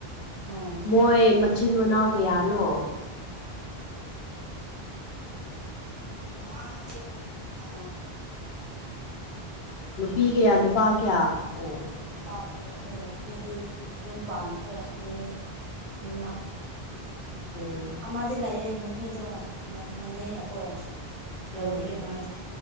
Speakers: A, on the right (about 40°); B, on the left (about 75°).
A: ꯎꯝ
B: ꯃꯣꯏ ꯃꯆꯤꯟ ꯃꯅꯥꯎ ꯀꯌꯥꯅꯣ?
A: ꯃꯥꯗꯤ ꯑ
B: ꯅꯨꯄꯤ ꯀꯌꯥ ꯅꯨꯄꯥ ꯀꯌꯥ ꯑꯣ
A: ꯅꯨꯄꯥꯗꯤ ꯑꯅꯤ ꯅꯨꯄꯤꯗꯤ ꯌꯨꯝ ꯄꯥꯟꯈ꯭ꯔꯦ ꯑꯅꯤ ꯅꯤꯃ
B: ꯎꯝ
A: ꯑꯃꯥꯗꯤ ꯂꯩꯌꯦ ꯅꯨꯄꯤꯗꯣ ꯃ ꯃꯅꯦꯅꯀꯣ ꯂꯧꯈ꯭ꯔꯦ
B: ꯎꯝ
A: ꯃꯥꯗꯤ꯫